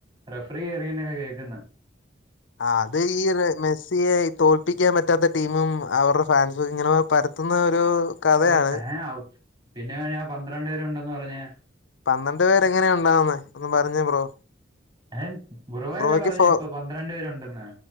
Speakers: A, on the right; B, on the left.
A: റെഫറി കേറിനൊക്കെ കേൾക്കുന്ന്.
B: ആ അത് ഈ റെ മെസ്സിയെ തോൽപ്പിക്കാൻ പറ്റാത്ത ടീമും അവരുടെ ഫാൻസും ഇങ്ങനെ പരത്തുന്ന ഒരു കഥയാണ്
A: പർ ഏ ആവും പിന്നെങ്ങനയാ പന്ത്രണ്ട് പേരുണ്ടെന്ന് പറഞ്ഞേ
B: പന്ത്രണ്ട് പേരെ എങ്ങനെയാ ഉണ്ടാവുന്ന ഒന്ന് പറഞ്ഞെ ബ്രോ
A: ഏ ബ്രോയല്ലേ
B: ബ്രോക്ക്
A: പറഞ്ഞു
B: ഫോ
A: ഇപ്പൊ പന്ത്രണ്ട് പേരുണ്ടെന്ന്